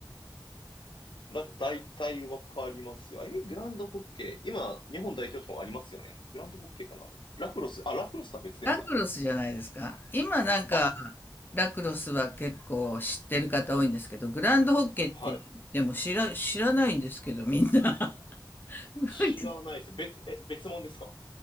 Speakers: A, on the left; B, on the left.
A: だ、大体わかりますよ。え、グランドホッケー。今、日本代表とかもありますよね。グランドホッケーかなあれラクロス、あ、ラクロスとは別ですか
B: ラクロスじゃないですか。今なんか、
A: あ、
B: ラクロスは結構知ってる方多いんですけど、グランドホッケーって、
A: はい。
B: でも知ら、知らないんですけど、みんな。<laughs>
A: 知らないです。別、え、別物ですか